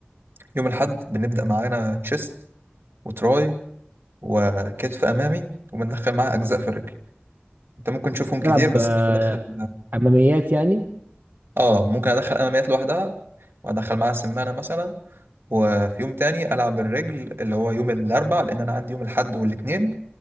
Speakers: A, on the right (about 75°); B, on the right (about 55°).
A: يوم الحد بنبدأ معانا تشيست وتراي وكتف امامي وبندخل معاه اجزاء في الرجل انت ممكن تشوفهم
B: تلعب
A: كتير بس
B: آه،
A: انا بدخل
B: أماميات يعني
A: اه ممكن ادخل اماميات لوحدها وادخل معاها سمانه مثلا وفي يوم تاني العب الرجل اللي هو يوم الاربع لان انا عندي يوم الاحد والاثنين